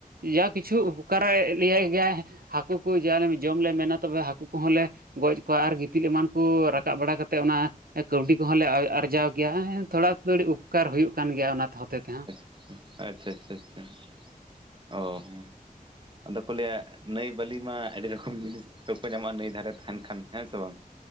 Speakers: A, on the right (about 80°); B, on the right (about 35°).
A: ᱡᱟ ᱠᱤᱪᱷᱩ ᱩᱯᱚᱠᱟᱨᱮ ᱞᱮᱭᱟᱭ ᱜᱮᱭᱟᱭ ᱦᱟᱹᱠᱩ ᱦᱟᱹᱠᱩ ᱡᱟ ᱡᱚᱢ ᱞᱮ ᱢᱮᱱᱟ ᱛᱚᱵᱮ ᱦᱟᱹᱠᱩ ᱠᱚᱦᱚᱸ ᱞᱮ ᱜᱚᱡ ᱠᱚᱣᱟ, ᱟᱨ ᱜᱤᱛᱤᱞ ᱮᱢᱟᱱ ᱠᱚ ᱾ ᱠᱚ ᱨᱟᱠᱟᱵ ᱵᱟᱲᱟ ᱠᱟᱛᱮ ᱚᱱᱟ ᱠᱟᱹᱣᱰᱤ ᱠᱚ ᱾ ᱠᱚᱦᱚᱸᱞ ᱞᱮ ᱟᱨᱡᱟᱣ ᱜᱮᱭᱟ ᱛᱷᱚᱲᱟ ᱛᱷᱟᱹᱲᱤ ᱩᱯᱠᱟᱨ ᱦᱩᱭᱩᱜ ᱠᱟᱱ ᱜᱮᱭᱟ ᱚᱱᱟ ᱦᱚᱛᱮ ᱛᱮᱦᱚᱸ ᱾
B: ᱟᱪᱷᱟ ᱟᱪᱷᱟ ᱚ ᱦᱩᱸ ᱾ ᱟᱫᱚ ᱠᱚ ᱞᱟᱹᱭᱟ ᱱᱟᱹᱭ ᱵᱟᱹᱞᱤ ᱢᱟ ᱟᱹᱰᱤ ᱨᱚᱠᱚᱢ ᱡᱤᱱᱤᱥ ᱥᱚᱵ <inaudible> ᱠᱚ ᱧᱟᱢᱚᱜᱼᱟ ᱱᱟᱹᱭ ᱫᱷᱟᱨᱮ ᱛᱟᱦᱮᱱ ᱠᱷᱟᱱ ᱦᱮᱸ ᱥᱮ ᱵᱟᱝ?